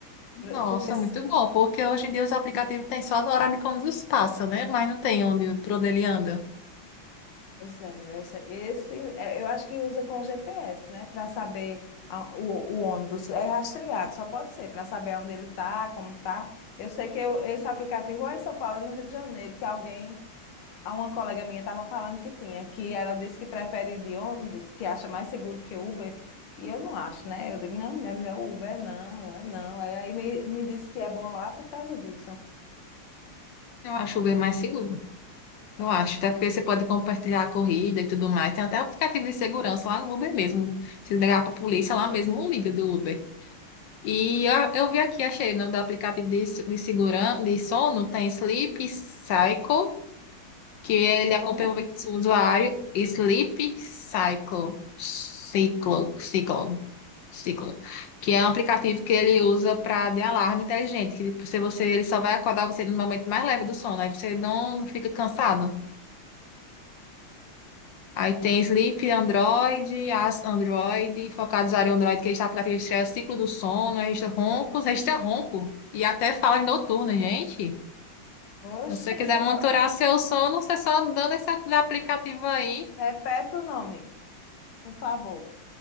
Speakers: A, on the left; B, on the left.
A: Nossa,
B: pra- porque
A: muito bom, porque hoje em dia os aplicativos têm só do horário de quando os passa, né? Mas não tem onde, por onde ele anda.
B: Pois é, melhor esse, esse é, eu acho que usa com o GPS, né, para saber a- o, o ônibus é rastreado, só pode ser para saber onde ele tá, como tá. Eu sei que eu- esse aplicativo ou é em São Paulo, é no Rio de Janeiro, que alguém, a uma colega minha estava falando que tinha, que ela disse que prefere ir de ônibus, que acha mais seguro que Uber, e eu não acho, né? Eu digo, não, mulher, melhor Uber, é não, é não. Aí aí me, me disse que é bom lá por causa disso.
A: Eu acho o Uber mais seguro. Eu acho, até porque você pode compartilhar a corrida e tudo mais. Tem até aplicativo de segurança lá no Uber mesmo. Se ligar pra polícia, lá mesmo não liga do Uber. E eu, eu vi aqui, achei o nome do aplicativo de, de segurança, de sono, tem Sleep Cycle que ele acompanha
B: Como?
A: o movimento do usuário Sleep Cycle, Ciclo, Ciclo, Ciclo, que é um aplicativo que ele usa para de alarme inteligente, que tipo, se você ele só vai acordar você no momento mais leve do sono, aí você não fica cansado. Aí tem Sleep Android, As Android, focado no usuário Android, que está aplicativo estreia ciclo do sono, registra roncos, registra ronco e até falas noturnas, gente.
B: Oxe,
A: Se você quiser
B: eu
A: monitorar
B: vou...
A: seu sono, você só dando esse aplicativo aí.
B: repete o nome, por favor,